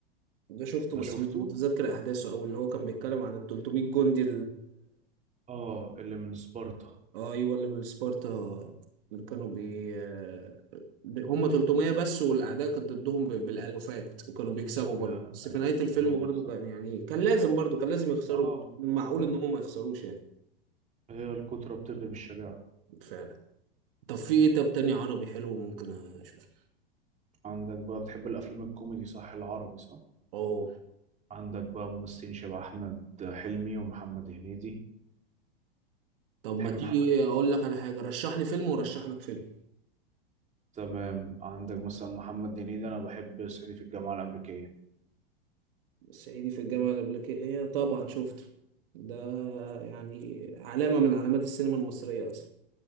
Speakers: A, on the right (about 70°); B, on the right (about 25°).
A: ده شفته
B: ده
A: بس
B: شفته
A: مش متذكر احداثه او اللي هو كان بيتكلم عن ال 300 جندي
B: اه اللي من سبارتا
A: ايوه اللي من سبارتا اللي كانوا بي آه، هم 300 بس والاعداء كانت ضدهم ب- بالالوفات وكانوا بيكسبوا
B: بالالافات
A: برضه بس في نهايه الفيلم
B: وكانوا بيكسبوا
A: برضه كان يعني كان لازم برضه كان لازم يخسروا
B: اه
A: معقول
B: اه
A: ان هم ما يخسروش يعني
B: هي الكترة بتغلب الشجاعة
A: فعلا طب في ايه طب تاني عربي حلو ممكن اشوفه
B: عندك بقى بتحب الأفلام الكوميدي صح العربي صح
A: اه
B: عندك بقى ممثلين شبه أحمد حلمي ومحمد هنيدي
A: طب
B: تحب
A: ما تيجي
B: محمد
A: اقول
B: هنيدي
A: لك على حاجه رشح لي فيلم ورشح لك فيلم
B: تمام عندك مثلا محمد هنيدي أنا بحب صعيدي في الجامعة الأمريكية
A: صعيدي في الجامعه الامريكيه إيه، طبعا شفته ده يعني علامه من علامات السينما المصريه اصلا